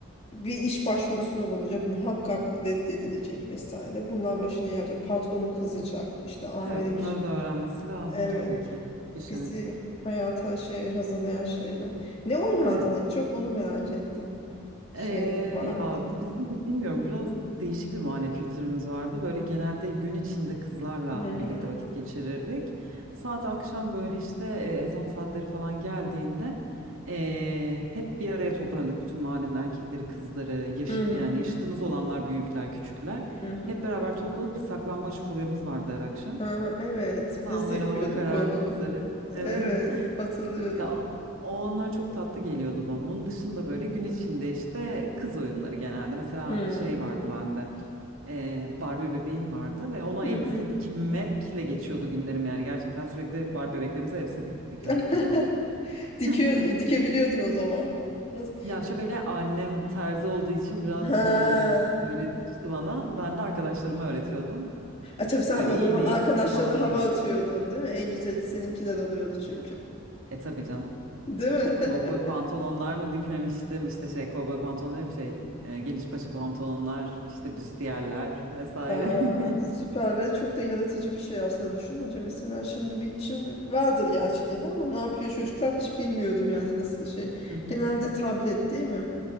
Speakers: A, on the left; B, on the right.
A: bir iş başvurusunda bulunacak, muhakkak reddedilecek vesaire. Bunlar başına gelecek. Patronu kızacak. işte amiri
B: Evet bunları
A: bir şey.
B: da öğrenmesi lazım
A: Evet,
B: tabii ki kişinin.
A: bizi hayata şey hazırlayan şeyler. Ne oynardın
B: Evet.
A: en çok onu merak ettim. Şeyde,
B: Ee,
A: mahallede.
B: ya bizim bilmiyorum biraz değişik bir mahalle kültürümüz vardı. Böyle genelde gün içinde kızlarla
A: Hı hı.
B: birlikte vakit geçirirdik. Saat akşam böyle işte e, ezan saatleri falan geldiğinde e, hep bir araya toplanırdık. Bütün mahallenin erkekleri, kızları, yaş-
A: Hı hı.
B: yani yaşıtımız olanlar, büyükler, küçükler.
A: Hı hı.
B: Hep beraber toplanıp bir saklambaç furyamız vardı her akşam.
A: Aa, evet,
B: Tam
A: biz de
B: böyle
A: yapıyorduk
B: hava kararmak
A: onu.
B: üzere.
A: Evet,
B: Evet.
A: hatırlıyorum.
B: Ya o anlar çok tatlı geliyordu bana. Onun dışında böyle gün içinde işte kız oyunları genelde. Mesela
A: Hmm.
B: şey vardı bende. eee, Barbie bebeğim vardı ve ona
A: Hı
B: elbise
A: hı.
B: dikmekle geçiyordu günlerim yani. Gerçekten sürekli Barbie bebeklerimize elbise dik dikiyorduk
A: <laughs>
B: toplanıp.
A: Dikiyor,
B: <laughs>
A: dikebiliyordun o zaman. Nasıl?
B: Ya şöyle annem terzi olduğu için biraz
A: Ha.
B: eee, öğretmişti bana. Ben de arkadaşlarıma öğretiyordum.
A: A, tabii sen
B: Öyle
A: o
B: iğne
A: zaman arkadaşlarına
B: iplik falan öyle
A: hava
B: geçti.
A: atıyordun değil mi? En güzeli seninkiler oluyordu çünkü.
B: E tabii canım.
A: Değil mi? <laughs>
B: Kovboy pantolonlar mı dikmemiştim? İşte şey kovboy pantolon değil mi? Şey e, geniş paça pantolonlar, işte büstiyerler vesaire.
A: Aa, süper
B: <laughs>
A: ve çok da yaratıcı bir şey aslında düşününce. Mesela şimdi bir, şimdi vardır gerçi gene ama ne yapıyor çocuklar hiç bilmiyorum yani nasıl şey.
B: Hı hı.
A: Genelde tablet değil mi?